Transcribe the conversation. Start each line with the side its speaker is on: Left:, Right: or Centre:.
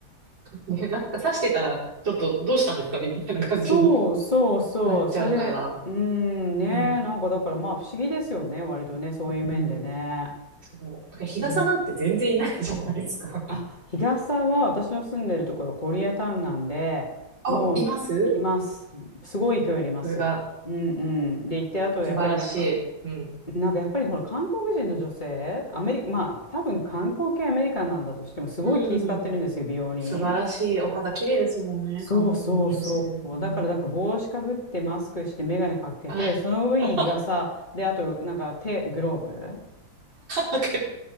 Right: で、なんか刺してたら、ちょっとどうしたんですかみたいな感じに
Left: そうそうそう。
Right: なっちゃうから。
Left: それ、うーん、ね。
Right: ね、
Left: なんかだからまあ不思議ですよね。割とね、そういう面でね。
Right: うん、そう。だから日傘なんて全然いないじゃないですか。
Left: うん。あ、日傘は私の住んでるところはコリアタウンなんで、
Right: あ、
Left: もういます。
Right: います
Left: すごい勢いでいます。
Right: それが
Left: うんうん。で、行って、あとやっぱりなんか、
Right: 素晴らしい。うん。
Left: なんかやっぱりほら、韓国人の女性、アメリカ、まあ、多分観光系アメリカンなんだとしても、すごい気遣ってるんですよ、
Right: うん。
Left: 美容に。
Right: 素晴らしい。お肌綺麗ですもんね、
Left: そうそうそう。
Right: 韓国の女性。うん。
Left: だから、だから帽子かぶって、マスクして、眼鏡かけて、
Right: あ、
Left: その上に日傘、
Right: <laughs> あ、
Left: で、あと、なんか手、グローブ。
Right: わかる。